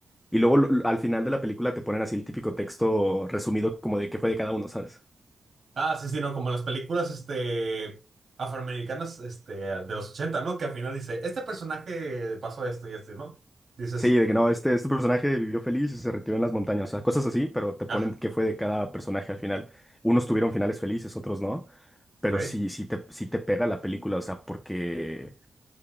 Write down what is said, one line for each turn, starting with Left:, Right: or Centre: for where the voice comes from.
Left: Y luego lo- al final de la película te ponen así el típico texto resumido como de qué fue de cada uno, ¿sabes?
Right: Ah, sí, sí, no, como las películas, este, afroamericanas, este, de los ochenta ¿no? Que al final dice, este personaje pasó esto y esto, ¿no? Dices,
Left: Sí, de que no, este, este personaje vivió feliz y se retiró en las montañas, o sea, cosas así, pero te ponen
Right: ah,
Left: qué fue de cada personaje al final. Unos tuvieron finales felices, otros no, pero
Right: ok.
Left: sí, sí te, sí te pega la película, o sea, porque...